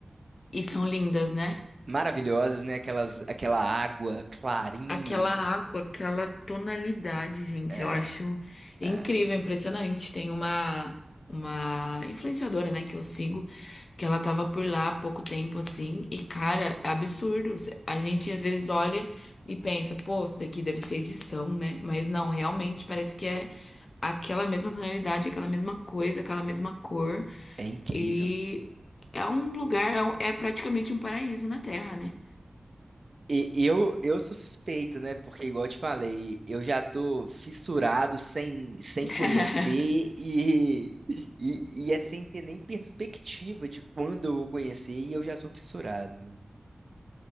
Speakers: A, on the left; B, on the right.
A: E são lindas, né?
B: Maravilhosas, né? Aquelas, aquela água clarinha.
A: Aquela água, aquela tonalidade, gente,
B: É,
A: eu acho incrível,
B: é,
A: impressionante. Tem uma uma influenciadora, né, que eu sigo, que ela tava por lá há pouco tempo assim, e cara, é absurdo. Cê- A gente às vezes olha e pensa, pô, isso daqui deve ser edição, né? Mas não, realmente parece que é aquela mesma tonalidade, aquela mesma coisa, aquela mesma cor,
B: é incrível.
A: e é um lugar, é, um- é praticamente um paraíso na Terra, né?
B: E eu, eu sou suspeito, né? Porque, igual eu te falei, eu já tô fissurado sem, sem
A: <laughs>
B: conhecer e, e, e é sem ter nem perspectiva de quando eu vou conhecer e eu já sou fissurado, né?